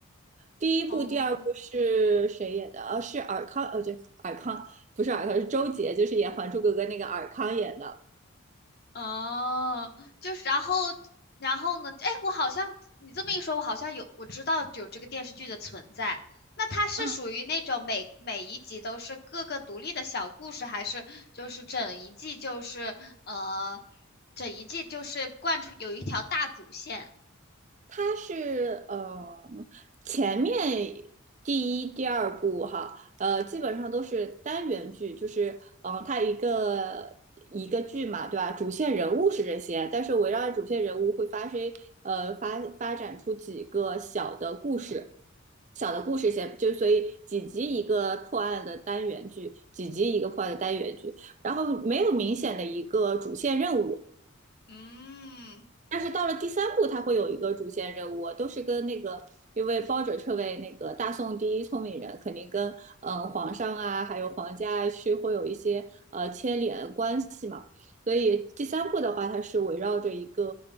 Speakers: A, on the right; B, on the left.
A: 第一部、
B: 哦，
A: 第二部是谁演的？呃、是尔康，呃，对，尔康不是尔康，是周杰，就是演《还珠格格》那个尔康演的。
B: 哦，就是，然后，然后呢？哎，我好像你这么一说，我好像有，我知道有这个电视剧的存在。那它是属于那种每每一集都是各个独立的小故事，
A: 啊
B: 还是就是整一季就是呃，整一季就是贯穿有一条大主线？
A: 它是呃前面第一、第二部哈，呃，基本上都是单元剧，就是嗯、呃，它一个一个剧嘛，对吧？主线人物是这些，但是围绕着主线人物会发生呃发发展出几个小的故事。小的故事线，就所以几集一个破案的单元剧，几集一个破案的单元剧，然后没有明显的一个主线任务，
B: 嗯
A: 但是到了第三部，它会有一个主线任务，啊都是跟那个，因为包拯这位那个大宋第一聪明人，肯定跟嗯、呃皇上啊，还有皇家啊是会有一些呃牵连关系嘛。所以第三部的话，它是围绕着一个